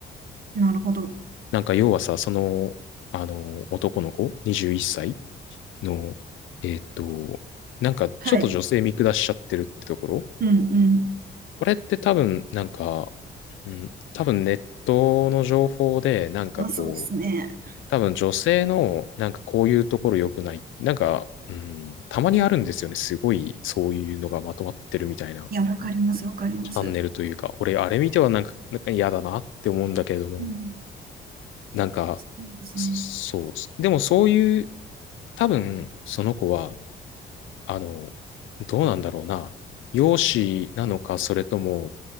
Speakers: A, on the right; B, on the left.
A: うん。なるほど。
B: なんか要はさ、その、あの、男の子、21歳の、えーっと、なんかちょっと女性見下しちゃってるってところ
A: はい。うんうん。
B: これって多分、なんか、うん、多分ネットの情報で、なんかこう、
A: あ、そうですね。
B: 多分女性の、なんかこういうところ良くない。なんか、うん、たまにあるんですよね。すごい、そういうのがまとまってるみたいな
A: いや、わかります、わかります。
B: チャンネルというか、俺、あれ見てはなんか、なんか嫌だなって思うんだけれども、
A: うん。
B: なんか、
A: そうですね。
B: そう。でもそういう、多分、その子は、あの、どうなんだろうな。容姿なのか、それとも、